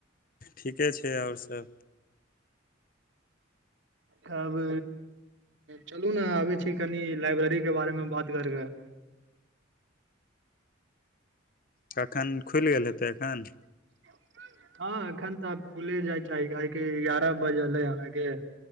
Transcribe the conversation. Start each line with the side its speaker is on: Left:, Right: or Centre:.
Left: ठीके छै आओर सभ
Right: तब चलू नऽ आबै छी कनि लाइब्रेरी केँ बारे मे बात कर कऽ
Left: कखन खुइल गेल हेतै एखन
Right: <inaudible> हँ एखन तऽ आब खुले जाय छै कियकी एगारह बजलै अहाँके